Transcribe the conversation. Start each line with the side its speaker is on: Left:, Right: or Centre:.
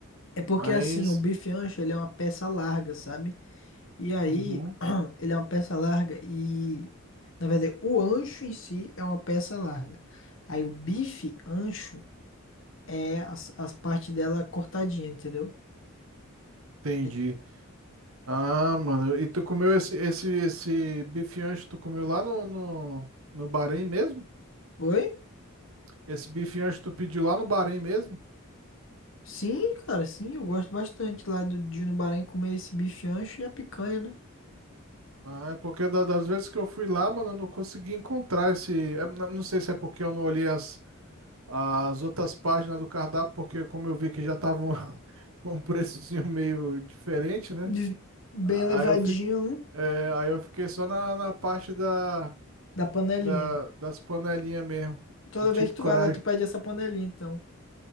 Left: É porque
Right: Mas.
Left: assim, o bife ancho, ele é uma peça larga, sabe? E aí,
Right: Uhum,
Left: <clears throat> ele é uma peça larga e... Na verdade, o ancho em si é uma peça larga. Aí o bife ancho é as, as partes dela cortadinha, entendeu?
Right: entendi.
Left: Aí-
Right: Ah, mano. E tu comeu esse, esse, esse bife ancho, tu comeu lá no, no, no Bahrein mesmo?
Left: Oi?
Right: Esse bifinho acho que tu pediu lá no Bahrein mesmo?
Left: Sim, cara, sim, eu gosto bastante lá do de ir no Bahrein comer esse bife ancho e a picanha, né?
Right: Ah, é porque da- das vezes que eu fui lá, mano, eu não consegui encontrar esse. é, n- não sei se é porque eu não olhei as, as outras páginas do cardápio, porque como eu vi que já estavam <laughs> com um preçozinho meio diferente, né?
Left: De- Bem
Right: Ah,
Left: levadinho,
Right: Aí eu, fi,
Left: né?
Right: é, aí eu fiquei só na, na parte da,
Left: Da panelinha.
Right: da, das panelinhas mesmo.
Left: Toda
Right: Não tive
Left: vez que
Right: coragem.
Left: tu vai lá, tu pede essa panelinha, então.